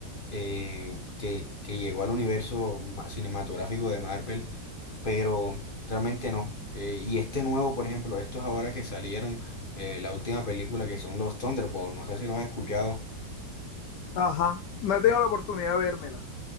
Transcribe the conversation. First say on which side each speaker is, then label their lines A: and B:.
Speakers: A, on the left (about 30°); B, on the left (about 70°).
A: eh, que, que llegó al universo ma- cinematográfico de Marvel, pero realmente no. Eh, y este nuevo, por ejemplo, estos ahora que salieron, eh, la última película que son los Thunderbolts, no sé si los has escuchado.
B: Ajá, no he tenido la oportunidad de vérmela.